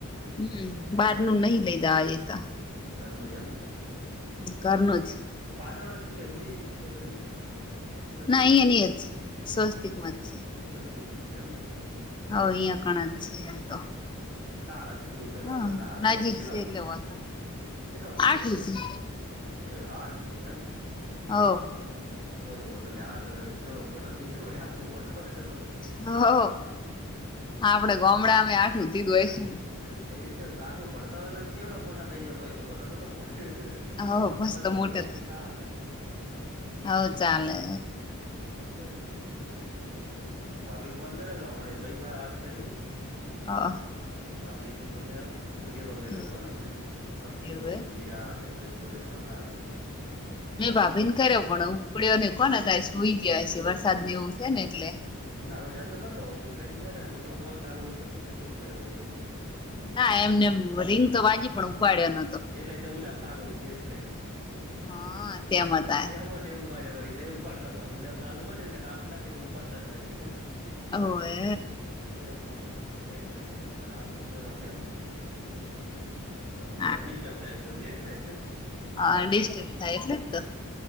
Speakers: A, on the left; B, on the right.
A: હમ બહાર નું નહી લઈ જાવા દેતા.
B: ઘરનું એમને
A: ઘરનું જ
B: પાછળ જગ્યા બીધ જગ્યા બદલી. સ્વસ્તિકમાં
A: ના અહીંયા ને અહીંયા જ સ્વસ્તિક મત છે.
B: સ્વસ્તિક મત છે એમ ને
A: હ ઓ અહિયાં કણ જ છે એમ તો
B: એવું સા ઢુકડું સ
A: હ
B: લો તો ના આવે
A: નજીક
B: ઇ ચેટલા
A: છે
B: સુધી
A: એટલે
B: સે
A: વાંધો
B: છેલ્ટલા
A: નઈ
B: ઉધી
A: આઠું
B: છે છેલા
A: હવ
B: તો એ આઠ સુધી છે એમને
A: હવ
B: ઓહો તો ને આઠતો ચેવડો મોટા થઈ જાય આઠમુ ભળતા <unintelligible> હોય તો
A: હ આપડે ગમડામાં આઠુ હુતીધું
B: સારું
A: હોય છે ને
B: એ તો આઠમુ ભડતા હોય ચેવડો મોટા થઈ જ ભઈક નોનાએ થોડોક હોય-
A: હવ
B: હજી
A: મસ્ત
B: પોચમાં
A: મોટે
B: ધોરણ સુધી સાલ હ
A: હવ ચાલે
B: હમ એટલે જ ને ભાભી ને પન્દર જ <unintelligible> હમ બઈ પા વાત કરી
A: હ.
B: ભાભી ને બોલ્યા વિડીયો કોલ કર્યો
A: એ
B: તો કો ને હમને અક્ષો,
A: એવું એમ.
B: વિરાજ બધ બોલ્યા ગ મારા પડતી
A: મેં ભાભી ને કર્યો પણ ઉપડ્યો ને કોને તારે સુઈ ગયા છે
B: તો
A: વરસાદ ની એવું છે ને એટલે
B: ના વરસાદ તો નતો હોતી ખ બેઠ કો ફો ચાલુ હોય ખબર નઈ કોઈ ઘર હોય તો થડી
A: ના એમનેમ રીંગ તો બાજી પણ ઉપાડ્યો ન
B: એટલે તો ઉલાબ સાલું છે એટલે
A: હા તેમ હતા
B: તને દવું ઉપાડ્યો હોય નહી ઉપાડ પાછ ઉલેમ ચાલુ હોવો ને એટલે કાપી નાખી ઉપાડતા નહીં
A: હોવે
B: તેમાં એટલે એટલે ફલા આવશે કરો તેમાં
A: હ.
B: મુલામ ડિસ્ટર્બ થાયસ એટલે
A: હા ડીસ્ટર્બ થાય એટલે જ તો